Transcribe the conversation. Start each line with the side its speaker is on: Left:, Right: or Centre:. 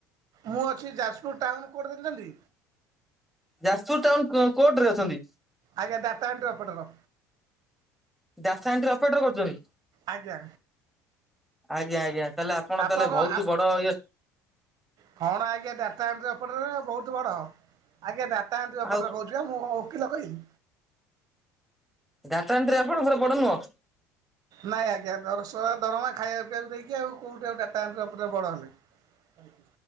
Right: ମୁଁ ଅଛି ଯାଜପୁରୁ ଟାଉନୁ କୋର୍ଟ ଦେଖିଛନ୍ତି?
Centre: ଯାଜପୁରୁ ଟାଉନୁ କୋର୍ଟ ରେ ଅଛନ୍ତି।
Right: ଆଜ୍ଞା ଡାଟା ଏଣ୍ଟ୍ରି ଅଫେଟର।
Centre: ଯାହା ଏଣ୍ଟ୍ରି ଅପେଟର କରୁଛନ୍ତି?
Right: ଆଜ୍ଞା
Centre: ଆଜ୍ଞା ଆଜ୍ଞା। ତାହେଲେ ଆପଣ
Right: ଆପଣଙ୍କ
Centre: ତାହେଲେ ବୋହୁତ
Right: ଆପ
Centre: ବଡ ଇଏ
Right: କଣ ଆଜ୍ଞା ଡାଟା ଏଣ୍ଟ୍ରି ଅପେଟ ରେ ବୋହୁତ ବଡ ଆଜ୍ଞା ଡାଟା ଏଣ୍ଟ୍ରି ଅପେଟ
Centre: ଆଉ
Right: ରେ କହୁଛି ଛି ବା ମୁଁ କଣ ଓକିଲ କହିଲି।
Centre: ଡାଟା ଏଣ୍ଟ୍ରି ଆପଣଙ୍କର ବଡ ନୁହଁ?
Right: ନାଇଁ ଆଜ୍ଞା ଦରଶ ହଜାର ଦରମା ଖାଇବା ପିଇବାକୁ ଦେଇକି ଆଉ କୋଉଠି ଆଉ ଡାଟା ଏଣ୍ଟ୍ରି ଅ ପୁରା ବଡ଼ ହେଲି।